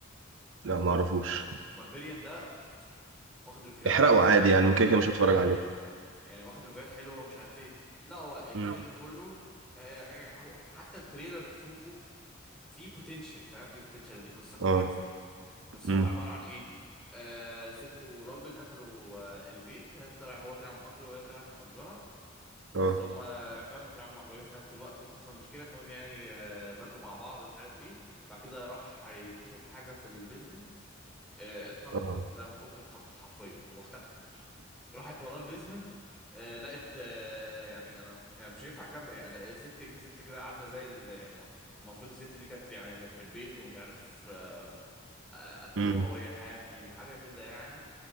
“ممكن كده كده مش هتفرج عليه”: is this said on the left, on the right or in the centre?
Right